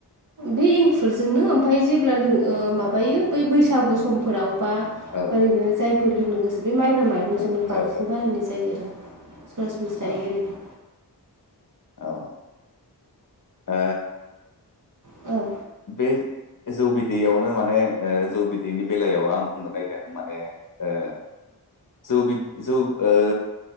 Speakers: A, on the right (about 45°); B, on the left (about 50°).
A: बे एंखुरजोंनो ओमफफ्राय जेब्ला लोङ माबायो बै बैसागु समफोराव बा
B: औ
A: ओरैनो जायफोर लोंनो गोसो बे माइब्रा माइरंजोंनो
B: औ
A: बांसिन
B: औ
A: बानायनाय जायो आरो सरासनसरा
B: औ
A: जायो ओरैनो
B: औ आ
A: औ
B: बे जौ बिदैयावनो माने जौ बिदैनि बेलायाव आं बुंनो नागेदों माने ओ जौ बि जौ ओ